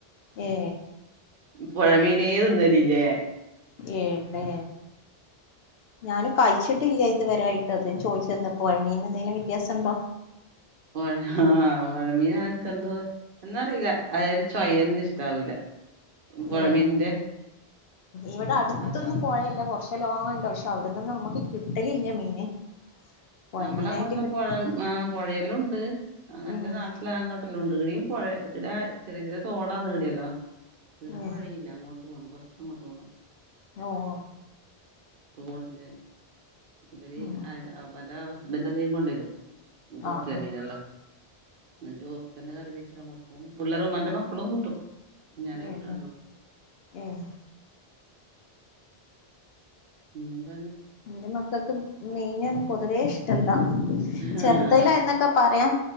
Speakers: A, on the left; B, on the right.
A: ഏ
B: പുഴമീനേ തിന്നലില്ലേ ഞാ
A: ഏടെ ഞാനും കഴിച്ചിട്ടില്ല ഇതുവരൊയിട്ട് അത ചോദിച്ച എന്താ പോഴ മീന് എന്തെങ്കിലും വ്യത്യാസംണ്ടോ
B: ആ പൊഴമീനനക്കെന്തൊ എന്നറിയില്ല അയൊരു ചൊയന്നും ഇഷ്ടാവൂല. പുഴമീനിന്റെ
A: ഏഹ് ഇവിടെ അടുത്തൊന്നും
B: അതാ
A: പൊയല്ല കുറച്ച് നല്ല ലോങ്ങുണ്ട് പക്ഷെ അവിടന് നമുക്ക് കിട്ടലില്ല മീന് പൊഴമീനായിട്ട്
B: നമ്മളങ്ങോട്ടല്ല
A: കിട്ട
B: പുഴ ആ പുഴയില് ഉണ്ട് അങ്ങന
A: ഉം
B: ന്റനാട്ടില് എല്ല അങ്ങോട്ടെല്ലാം ഉണ്ട് ഇവിടയും പുഴ ഇടെ ചെറിയ ചെറിയ തോടാണ് ഇവിടെയല്ലോ. ഇവിട
A: ഏ
B: പുഴയില്ല അങ്ങോട്ട് പോകണം കുറച് അങ്ങോട്ട് പോകണം.
A: ഓഹ് ഓഹ്
B: തോട്ടില് ഇവര്
A: ഉം
B: അവന്റെ ഹസ്ബന്ഡധികം കൊണ്ടരും തോട്ടിലെ
A: ആഹ് ആഹ്
B: മീനെല്ലാം ഇന്നിറ്റോർ കറി വെച്ചെല്ലം കൊടുക്കും പിള്ളറും എന്റെ മക്കളും കൂട്ടും. ഞാനേ
A: ഏ
B: കൂട്ടാണ്ട്ള്ളൂ
A: ഏ ഏ
B: പിന്നന്താണ്?
A: ഇന്റെ മക്കക്കും മീനാണ് പൊതുവേ ഇഷ്ട്ടല്ല
B: ആഹ്
A: ചെറുതിലായിന്നക്കെ പറയാം